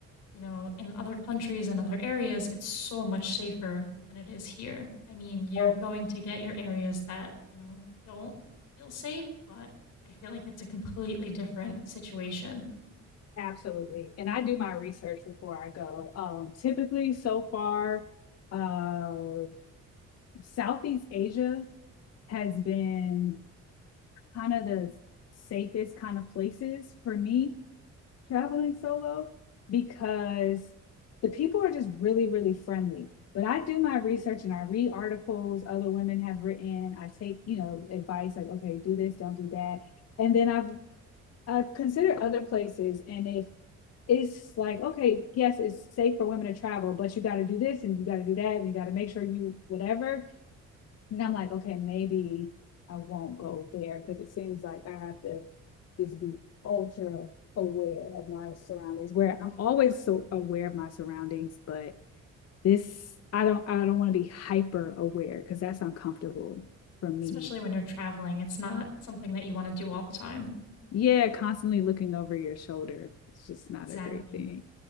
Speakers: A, on the left; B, on the left.
A: you know, in other countries and other areas, it's so much safer than it is here. I mean, you're
B: Oh,
A: going to get your areas that, you know, don't feel safe, but I feel like it's a completely different situation,
B: Absolutely. And I do my research before I go. Um, typically, so far, uh, Southeast Asia has been kind of the safest kind of places for me traveling solo because the people are just really, really friendly. But I do my research and I read articles other women have written. I take, you know, advice like, okay, do this, don't do that. And then I've I've considered other places and if it's like, okay, yes, it's safe for women to travel, but you gotta do this and you gotta do that and you gotta make sure you whatever and I'm like, okay, maybe I won't go there because it seems like I have to just be ultra aware of my surroundings. Where I'm always so aware of my surroundings, but this I don't I don't want to be hyper aware because that's uncomfortable for me.
A: especially when you're traveling. It's not something that you want to do all the time.
B: Yeah, constantly looking over your shoulder. It's just not
A: Exactly.
B: a great thing.